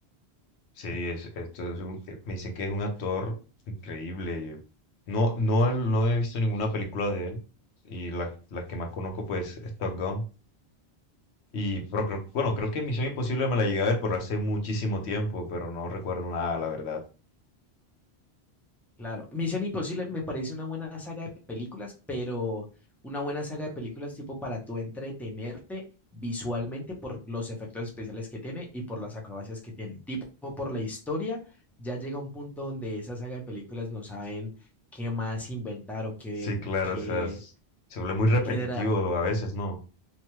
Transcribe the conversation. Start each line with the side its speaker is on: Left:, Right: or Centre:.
Left: sí, es- esto es un- eh, me dicen que es un actor increíble. yo- No, no, no he visto ninguna película de él y las, las que más conozco, pues, es Top Gun, Y, pero creo, bueno, creo que Misión Imposible me la llegué a ver por hace muchísimo tiempo, pero no recuerdo nada, la verdad.
Centre: Claro, Misión Imposible me parece una buena saga de películas, pero una buena saga de películas tipo para tú entretenerte visualmente por los efectos especiales que tiene y por las acrobacias que tiene. Tipo por la historia, ya llega un punto donde esa saga de películas no saben qué más inventar o qué,
Left: Sí, claro,
Centre: qué,
Left: o sea, es- se vuelve muy repetitivo
Centre: qué dra-
Left: a veces, ¿no?